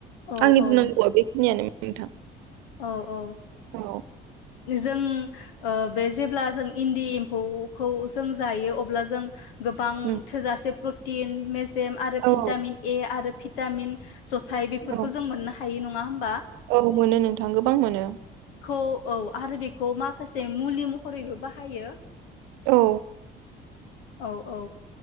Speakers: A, on the left (about 70°); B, on the right (about 60°).
A: औ
B: आंनि बुंनांगौआ
A: औ
B: बेखिनियानोमोन नोंथां।
A: औ औ ओ
B: औ
A: जों ओ बे जेब्ला जों इन्दि एम्फौखौ जों जायो अब्ला जों गोबां
B: उम
A: थोजासे प्लट तिन मेच सेम आरो
B: औ
A: भिटामिन ए आरो भिटामिन जथाय बेफोरखौ
B: औ
A: जों मोननो हा हायो नङा होम
B: औ मोनो नोंथ थां गोबां मोनो।
A: खौ औ आरो बेखौ माखासे मुलि महरैबो बाहायो।
B: औ
A: औ औ